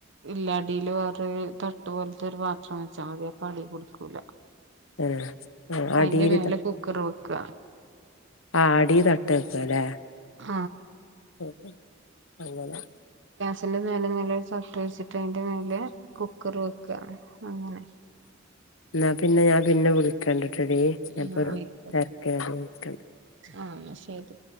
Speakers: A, on the right; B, on the left.
A: ഇല്ല. അടീല് വേറോര് തട്ട്പോൽത്തൊര് പാത്രം വെച്ചാമതി. അപ്പടീപുടിക്കൂല.
B: ആ ആ അടീല്
A: അയിന്റെ മേലെ കുക്കറ് വെക്ക
B: ആ അടീ തട്ട് വക്കുല്ലേ
A: ആ
B: <unintelligible> അങ്ങനെ
A: അതിന്റെ മേലെ മേലെ ഒരു ഷർട്ട്‌ വച്ചിട്ട് അയിന്റെ മേലെ കുക്കറ് വെക്ക അങ്ങനെ
B: ന്നാ പിന്നെ ഞാൻ പിന്നെ വിളിക്കണ്ട് ട്ടോടി ഞാൻ
A: ആഹ്
B: ഇപ്പോ വരാം
A: ആയിക്കോട്ടെ
B: തിരക്കിലാണ് വിളിക്കണ്ട്
A: ആഹ് എന്നാ ശരി